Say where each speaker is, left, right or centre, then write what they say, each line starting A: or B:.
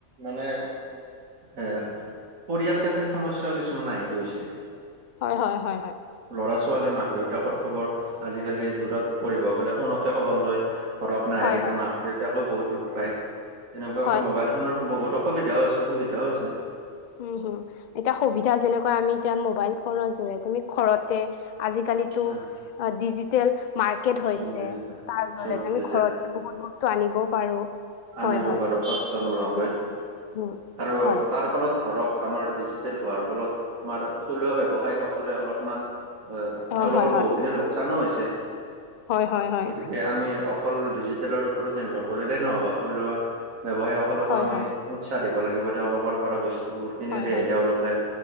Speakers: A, on the right; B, on the left.
A: মানে এ পৰিয়াল কেন্দ্ৰিক সমস্যাও কিছুমান আহি গৈছে।
B: হয়, হয়, হয়, হয়।
A: ল'ৰা-ছোৱালীয়ে, মাক-দেউতাকৰ খবৰ আজিকালি দূৰত পঢ়িব গ'লে ফোনতে খবৰ লৈ ঘৰত নাহে
B: হয়,
A: থাকে
B: হয়,
A: মাক, দেউতাকো বহুত দুখ পায়। তেনেকুৱাকৈ
B: হয়,
A: মোবাইল ফোনত বহুত অসুবিধাও আছে, সুবিধাও আছে।
B: উম, হুম, এতিয়া সুবিধা যেনেকুৱা আমি এতিয়া মোবাইল ফোনৰ জৰিয়তে তুমি ঘৰতে আজিকালি ত'
A: হয়,
B: ডিজিটেল মাৰ্কেট হৈছে।
A: চব ডিজিটেল
B: তাৰ জৰিয়তে
A: চব ডিজিটেল।
B: আমি ঘৰতে বহুত বহুত টো আনিবও পাৰোঁ। হয়,
A: আনিব
B: হয়,
A: পাৰো কষ্ট নোহোৱাকৈ
B: পাৰো। উম,
A: আৰু
B: হয়,
A: তাৰ ফলত ধৰক আমাৰ ডিজিটেল হোৱাৰ ফলত আমাৰ থলুৱা ব্যৱসায়ীসকলে অলপমান
B: অ',
A: তেওঁলোকৰ
B: হয়, হয়,
A: বহুখিনি লোকচানো হৈছে
B: হয়, হয়, হয়,
A: গতিকে আমি অকল ডিজিটেলৰ ওপৰত নিৰ্ভৰ কৰিলে নহ'ব থলুৱা ব্যৱসায়ীসকলকো
B: হয়,
A: আমি
B: হয়,
A: উৎসাহ দিব লাগিব। তেওঁলোকৰ পৰা বস্তুবোৰ কিনিলেহ
B: হয়, হয়,
A: তেওঁলোকে